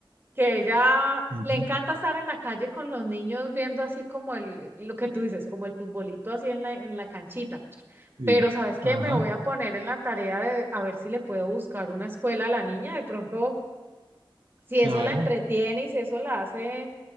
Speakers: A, on the right; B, on the right.
A: que ella
B: ujú,
A: le encanta estar en la calle con los niños viendo así como el, lo que tú dices, como el futbolito así en la, en la canchita.
B: Sí.
A: Pero ¿sabes qué?
B: Ajá,
A: Me voy a poner en la tarea de a ver si le puedo buscar una escuela a la niña. De pronto si
B: claro.
A: eso la entretiene y si eso la hace